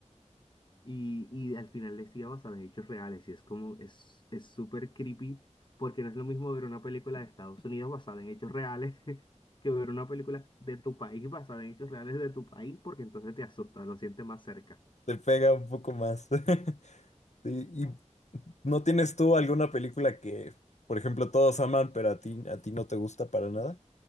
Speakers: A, on the left (about 40°); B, on the left (about 65°).
A: y, y al final decía basada en hechos reales y es como, es, es súper creepy porque no es lo mismo ver una película de Estados Unidos basada en hechos reales <laughs> que ver una película de tu país basada en hechos reales de tu país porque entonces te asusta, lo sientes más cerca.
B: te pega un poco más. <laughs> Sí, ¿Y no tienes tú alguna película que, por ejemplo, todos aman, pero a ti, a ti no te gusta para nada?